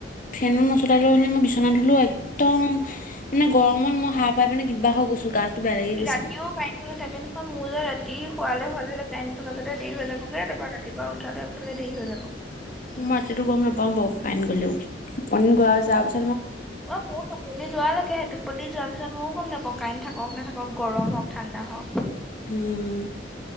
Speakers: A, on the left; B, in the centre.
A: ফেনতনচলা লৈনে মই বিচনা ধুলো একদম মানে গৰমত মই সাপ পাই পেনে কিবা হৈ গৈছো বেয়া লাগি গৈছে
B: ৰাতিও
A: মোৰ
B: কাই নাথাকে নকহয় মোৰ যে ৰাতি শুৱালে শুৱালোই নথকা দেৰি হৈ যাবগে তাৰপা ৰাতিপুৱা উঠে উঠালে দেৰি হৈ যাবগৈ
A: মই ৰাতিতটো গম নাপাও বাৰু কাইন গ'লেগ টোপনি যোৱাৰ পাছত
B: অ ময়ো সেলি যোৱ লকেই হে টোপনি যোৱাৰ পিছত ময়ও গম নাপাওঁ কাইৰেণ্ট থাকক নাথাকক গৰম হওক ঠাণ্ডা হওক
A: উম